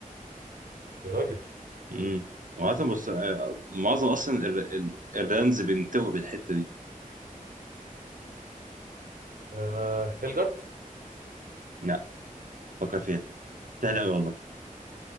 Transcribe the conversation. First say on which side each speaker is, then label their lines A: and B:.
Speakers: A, on the right; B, on the right.
A: يا راجل
B: امم وعاده بص آه، معظم اصلا الريلمز بينتهوا بالحته دي
A: آه هيلجارد
B: لا فكر فيها سهل قوي والله